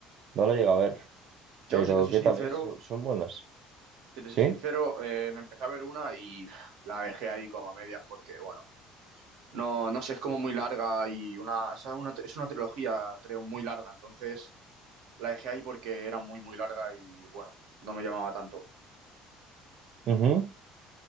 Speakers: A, on the right; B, on the right.
A: no la he llegado a ver, pero
B: Yo, si te soy
A: ¿qué
B: sincero,
A: tal es? ¿Son son buenas?
B: si te
A: ¿Sí?
B: soy sincero, eh, me empecé a ver una y <sighs> la dejé ahí como a medias porque, bueno, no, no sé, es como muy larga y una, es una, es una trilogía, creo, muy larga. Entonces la dejé ahí porque era muy, muy larga y, bueno, no me llamaba tanto.
A: Ujú.